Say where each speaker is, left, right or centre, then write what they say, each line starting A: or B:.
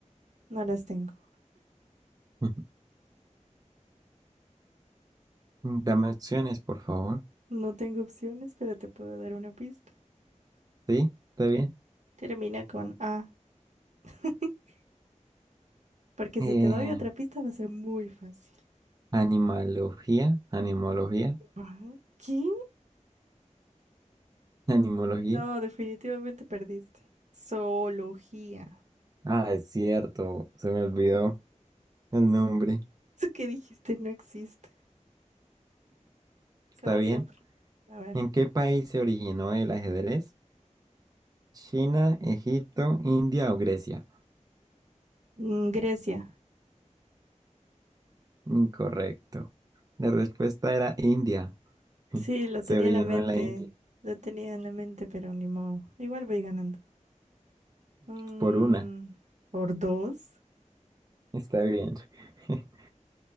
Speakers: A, on the right; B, on the right.
A: No las tengo.
B: <laughs> Dame opciones, por favor.
A: No tengo opciones, pero te puedo dar una pista.
B: Sí, está bien.
A: Termina con A, <laughs> porque
B: Eh,
A: si te doy otra pista va a ser muy fácil.
B: animalogía, animología,
A: Ah, ¿Qué?
B: <laughs> animología.
A: No, definitivamente perdiste. Zoología.
B: Ah, es cierto, se me olvidó el nombre.
A: Eso que dijiste no existe,
B: Está
A: como
B: bien.
A: siempre. A ver.
B: ¿En qué país se originó el ajedrez? ¿China, Egipto, India o Grecia?
A: Mm, Grecia.
B: Incorrecto. La respuesta era India. <laughs>
A: Sí, lo
B: Se
A: tenía
B: originó
A: en la mente.
B: en la Mm. India.
A: Lo tenía en la mente, pero ni modo. Igual voy ganando. Mm,
B: Por una.
A: por dos.
B: Está bien. <laughs>